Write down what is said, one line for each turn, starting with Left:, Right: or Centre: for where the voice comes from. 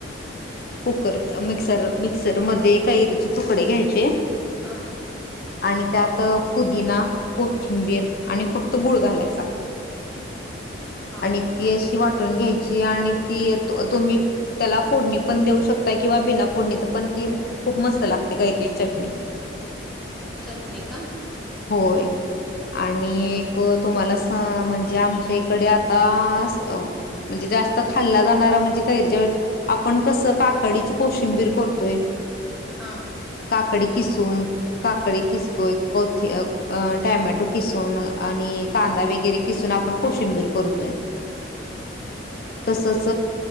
Left: कुकर मिक्सर मिक्सर मध्ये कैरीचे तुकडे घ्यायचे
Centre: हा
Left: आणि त्यात पुदिना कोथिंबीर आणि फक्त गुळ घालायचा
Centre: हा
Left: आणि ती अशी वाटून घ्यायची आणि ती तुम्ही त्याला फोडणी पण देऊ शकता किंवा बिना फोडणीच पण ती खूप मस्त लागते कै चटणी
Centre: चटणी का?
Left: होय आणि एक तुम्हाला म्हणजे आमच्या इकडे आता म्हणजे जास्त खाल्ला जाणारा म्हणजे कैरच्या वे आपण कसं काकडीची कोशिंबीर करतो ते
Centre: हा
Left: काकडी किसून काकडी किसतो एक कोथ टमॅटो किसून आणि कांदा वगैरे किसून आपण कोशिंबीर करतोय तसच